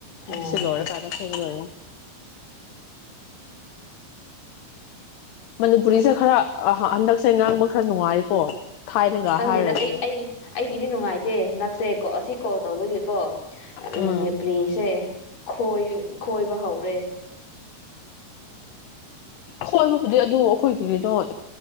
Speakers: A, on the left; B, on the left.
A: ꯑꯥ
B: ꯁꯤ ꯂꯣꯏꯔꯀꯥꯟꯗ ꯐꯦꯡꯂꯣꯏꯅ <inaudible> ꯃꯅꯤꯄꯨꯔꯤꯁꯦ ꯈꯔ ꯍꯟꯗꯛꯁꯦ ꯉꯥꯡꯕ ꯈꯔ ꯅꯨꯡꯉꯥꯏꯀꯣ ꯊꯥꯏꯅꯒ
A: ꯈꯪꯗꯦꯗ
B: ꯍꯥꯏꯔꯗꯤ
A: ꯑꯩ ꯑꯩ ꯑꯩꯒꯤꯗꯤ ꯅꯨꯡꯉꯥꯏꯇꯦ ꯍꯟꯗꯛꯁꯦ ꯀꯣ ꯑꯁꯤ ꯀꯣꯜ ꯇꯧꯕꯒꯤꯀꯣ
B: ꯎꯝ
A: ꯃꯅꯤꯄꯨꯔꯤꯁꯦ ꯈꯣꯏ ꯈꯣꯏ ꯈꯣꯏꯕ ꯍꯧꯔꯦ
B: ꯈꯣꯏꯕꯕꯨꯗꯤ ꯑꯗꯨ ꯑꯩꯈꯣꯏꯒꯤ ꯀꯩꯅꯣ